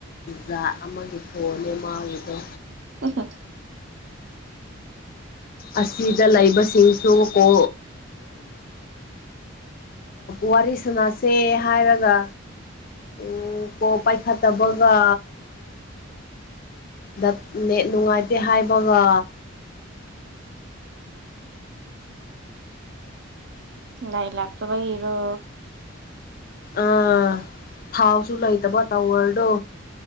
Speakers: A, on the left (about 45°); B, on the right (about 60°).
A: ꯖꯥ ꯑꯃꯒꯤ ꯐꯣꯅꯦ ꯃꯥꯒꯤꯗꯣ
B: ꯑ ꯍ
A: ꯑꯁꯤꯗ ꯂꯩꯕꯁꯤꯡꯁꯨ ꯀꯣ ꯋꯥꯔꯤ ꯁꯥꯟꯅꯁꯦ ꯍꯥꯏꯔꯒ ꯎ ꯀꯣ ꯄꯥꯏꯈꯥ ꯇ ꯒꯥ ꯗ ꯅ ꯅꯨꯡꯉꯥꯏꯇꯦ ꯍꯥꯏꯕꯒ
B: ꯂꯥꯏ ꯂꯥꯛꯇ ꯩꯔꯣ
A: ꯑꯥ ꯊꯥꯎꯁꯨ ꯂꯩꯇꯕ ꯇꯧꯋꯔꯗꯣ